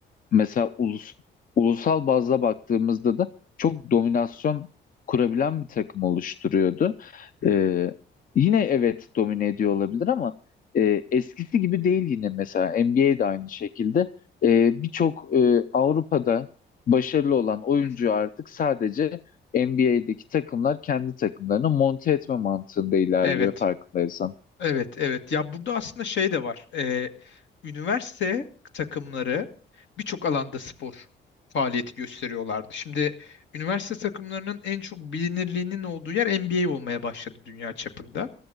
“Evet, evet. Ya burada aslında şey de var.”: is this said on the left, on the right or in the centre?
Left